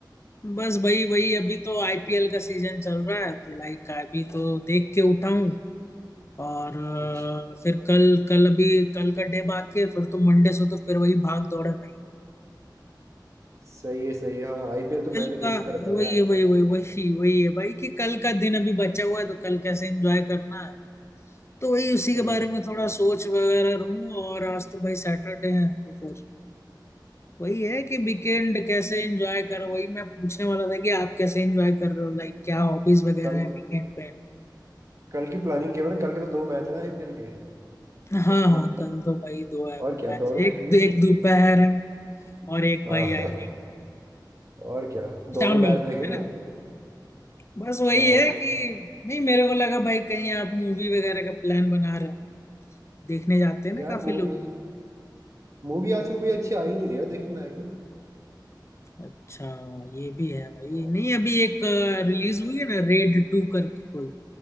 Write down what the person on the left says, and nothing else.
बस भाई वही अभी तो आईपीएल का सीजन चल रहा है तो लाइक अभी तो देख के उठा हूं और
अ, फिर कल कल अभी कल का डे बाकी है फिर तो मंडे से तो फिर वही भाग दौड़ है भाई
कल
का
वही
है वही वही वही वही है भाई कि कल का दिन अभी बचा हुआ है तो कल कैसे एंजॉय करना है तो वही उसी
के बारे
में थोड़ा सोच वगैरह रहूं और आज तो भाई सैटरडे है तो फिर वही है कि वीकेंड कैसे एंजॉय करो वही मैं पूछने वाला था कि आप कैसे एंजॉय कर रहे हो लाइक क्या हॉबीज वगैरह
है वीकेंड पे
हाँ
हाँ कल तो भाई दो है
मैच
एक
एक दोपहर है और एक
भाई आई थिंक
शाम
में
होता
है ना बस वही
है कि नहीं मेरे को लगा भाई कहीं आप मूवी वगैरह का प्लान बना रहे हो देखने जाते हैं ना
काफी
लोग
अच्छा ये भी है भाई
नहीं अभी एक रिलीज हुई है ना रेड टू करके कोई